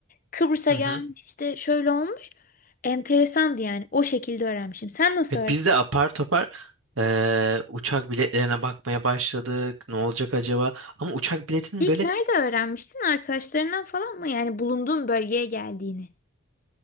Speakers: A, on the left (about 40°); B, on the right (about 80°).
A: Kıbrıs'a
B: Hı
A: gelmiş
B: hı.
A: işte şöyle olmuş enteresandı yani o şekilde öğrenmişim. Sen nasıl
B: Evet, biz de apar topar eee, uçak biletlerine bakmaya başladık. Ne olacak acaba? Ama uçak biletinin
A: İlk
B: böyle
A: nerede öğrenmiştin? Arkadaşlarından falan mı? Yani bulunduğun bölgeye geldiğini.